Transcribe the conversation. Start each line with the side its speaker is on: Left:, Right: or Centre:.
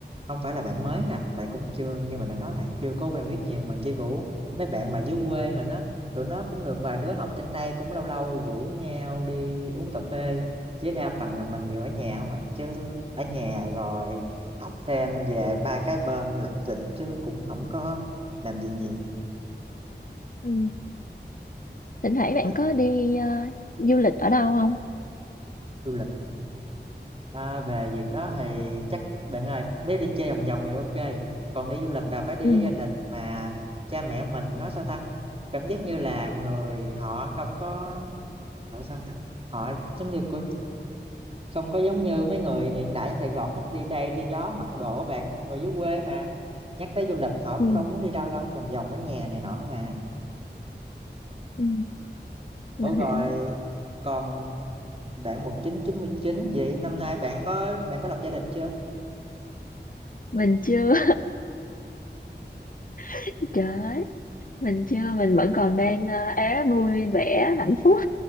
Right: không phải là bạn mới nè tại cũng chưa như mình đã nói là chưa có quen biết nhiều mình chỉ rủ mấy bạn mà dưới quê mà nó tụi nó cũng được vài đứa học trên đây cũng lâu lâu rủ nhau đi uống cà phê chứ đa phần là mình đều ở nhà không à chứ ở nhà rồi học xem về ba cái bên lịch trình chứ cũng không có làm gì nhiều
Left: Ừ. Thỉnh thoảng bạn
Right: thời
Left: có đi ờ, du lịch ở đâu không?
Right: du lịch À, về việc đó thì chắc bạn ơi nếu đi chơi vòng vòng thì ok còn đi du lịch là phải đi
Left: Ừ.
Right: với gia đình mà cha mẹ mình nói sao ta cảm giác như là người họ không có họ sao ta họ giống như của không có giống như mấy người hiện đại ở Sài Gòn hết đi đây đi đó mặc đồ á bạn người dưới quê mà nhắc tới du lịch họ
Left: Ừ.
Right: cũng đâu muốn đi đâu đâu vòng vòng ở nhà này nọ mà
Left: Ừ.
Right: ủa
Left: Mình
Right: rồi
Left: hiểu.
Right: còn bạn 1999 vậy năm nay bạn có bạn có lập gia đình chưa
Left: Mình chưa. <laughs> Trời ơi, mình chưa, mình vẫn còn đang ờ, é vui vẻ hạnh phúc.